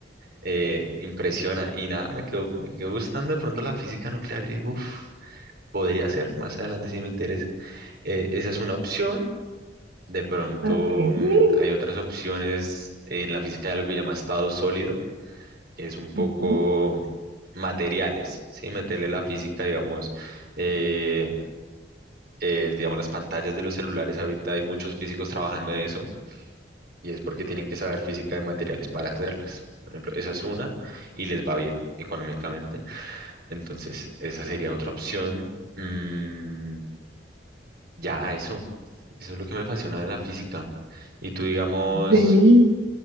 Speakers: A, on the right; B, on the right.
A: eh, impresiona. Y nada, me quedó, me quedó gustando de pronto la física nuclear. Y uff, podría ser, más adelante si me interesa. Eh, esa es una opción. De pronto
B: ok.
A: mm, hay otras opciones en la física de algo que se llama estado sólido es un poco
B: Ujú.
A: materiales, ¿sí? Meterle la física, digamos, eh, eh, digamos, las pantallas de los celulares, ahorita hay muchos físicos trabajando en eso y es porque tienen que saber física de materiales para hacerlas. Por ejemplo, esa es una y les va bien económicamente. Entonces, esa sería otra opción. Mm, ya, eso. Eso es lo que me apasiona de la física. Y tú, digamos,
B: Vení.